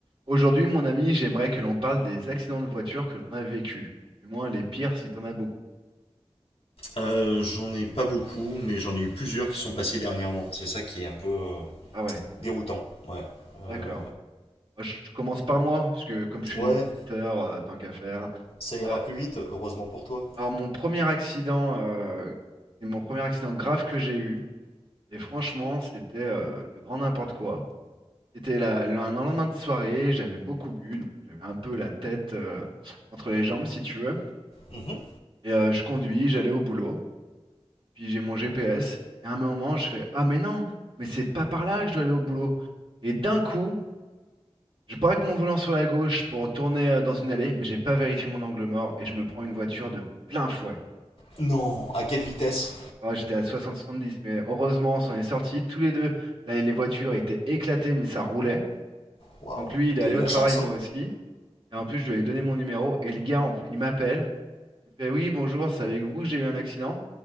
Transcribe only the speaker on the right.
Aujourd'hui, mon ami, j'aimerais que l'on parle des accidents de voiture que l'on a vécus. Du moins, les pires si t'en as beaucoup.
Ah ouais,
d'accord. Moi, je, je commence par moi, parce que comme je suis
l'initiateur, euh, tant qu'à faire.
Euh,
alors, mon premier accident, euh, c'est mon premier accident grave que j'ai eu. Et franchement, c'était euh, le grand n'importe quoi. C'était la- le- un lendemain de soirée, j'avais beaucoup bu, donc j'avais un peu la tête euh, entre les jambes, si tu veux.
Et euh, je conduis, j'allais au boulot. puis j'ai mon GPS. Et à un moment, je fais, ah mais non, mais c'est pas par là que je dois aller au boulot. Et d'un coup, je braque mon volant sur la gauche pour tourner euh, dans une allée, mais j'ai pas vérifié mon angle mort et je me prends une voiture de plein fouet.
Ah, j'étais à 60-70, mais heureusement, on s'en est sortis tous les deux. Là, les voitures étaient éclatées, mais ça roulait.
Donc lui, il est
allé
au
travail,
moi
aussi. Et en plus, je lui ai donné mon numéro. Et le gars, en- il m'appelle. Il me fait, oui, bonjour, c'est avec vous que j'ai eu un accident.